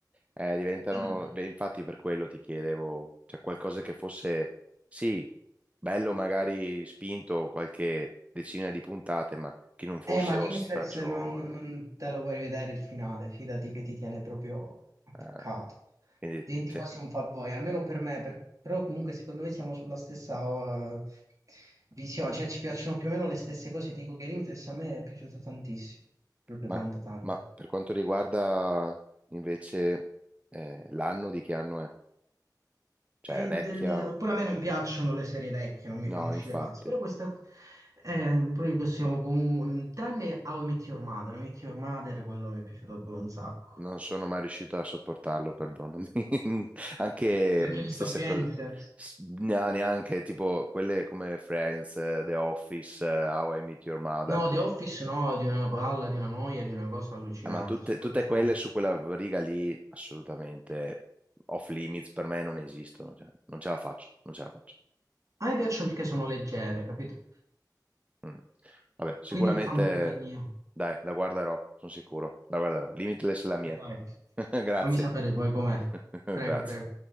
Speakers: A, on the right (about 20°); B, on the right (about 50°).
A: Eh, diventano,
B: <clears throat>
A: beh, infatti per quello ti chiedevo, cioè qualcosa che fosse, sì, bello magari spinto qualche decina di puntate, ma che non fossero
B: Eh, ma Limitless
A: stagioni.
B: non, non te lo vuoi vedere il finale, fidati che ti tiene proprio attaccato.
A: eh, quindi,
B: Diventi
A: se-
B: quasi un fanboy, almeno per me, per- però comunque secondo me siamo sulla stessa eh, visione, cioè ci piacciono più o meno le stesse cose, ti dico che Limitless a me è piaciuto tantissimo, proprio
A: ma,
B: tanto tanto.
A: ma per quanto riguarda invece eh, l'anno di che anno è? Cioè,
B: E
A: è vecchia?
B: del...
A: o-
B: Pure a me non piacciono le serie vecchie, non mi
A: No,
B: fanno uscire
A: infatti.
B: pazzo, però questa... qua- Eh, poi possiamo comunque... Tranne How I Met Your Mother, How I Met Your Mother, quello mi è piaciuto proprio un sacco.
A: Non sono mai riuscito a sopportarlo, perdonami. <laughs> Anche
B: Perché
A: mh,
B: hai visto
A: stessa
B: Firenze?
A: cosa, s- no, neanche tipo quelle come Friends, eh, The Office, eh, How I Meet Your Mother,
B: No,
A: tut-
B: The Office no, di una palla, di una noia, di una cosa allucinante.
A: eh, ma tutte,
B: Su quello
A: tutte
B: sono-
A: quelle su quella riga lì, assolutamente off limits per me non esistono, cioè, non ce la faccio, non ce la faccio.
B: A me piacciono perché sono leggere, capito?
A: Mm. Vabbè, sicuramente,
B: Quindi mi fanno compagnia.
A: dai, la guarderò, sono sicuro, la guarderò. Limitless è la mia.
B: E dai,
A: <laughs> Grazie,
B: fammi sapere poi com'è.
A: <laughs>
B: Prego,
A: grazie.
B: prego.